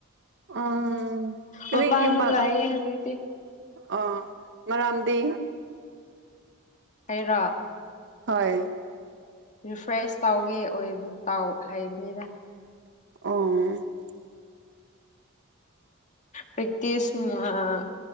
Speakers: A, on the right (about 55°); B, on the left (about 35°).
A: ꯎꯝ ꯀꯔꯤ
B: ꯃꯄꯥꯟꯗ
A: ꯀꯝꯕ
B: ꯂꯥꯛꯑꯦ ꯍꯧꯖꯤꯛꯇꯤ
A: ꯑ ꯃꯔꯝꯗꯤ
B: ꯍꯥꯏꯥꯏꯔ
A: ꯍꯣꯏ
B: ꯐ꯭ꯔꯦꯁ ꯇꯥꯎꯒꯦ ꯇꯥꯎ ꯍꯥꯏꯩꯕꯅꯤꯗ
A: ꯑꯣ
B: ꯄ꯭ꯔꯦꯛꯇꯤꯁ